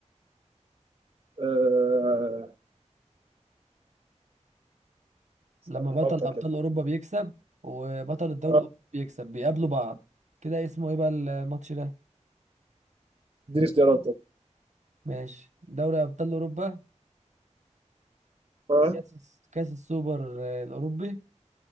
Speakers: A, on the right; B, on the right.
A: آه... استنى
B: لما بطل
A: افكر
B: ابطال
A: كده
B: اوروبا بيكسب وبطل الدوري
A: آه،
B: الاوروبي بيكسب بيقابلوا بعض كده اسمه ايه بقى الماتش ده
A: اديني اختيارات طب
B: ماشي دوري ابطال اوروبا
A: اه
B: كاس كاس السوبر آه، الاوروبي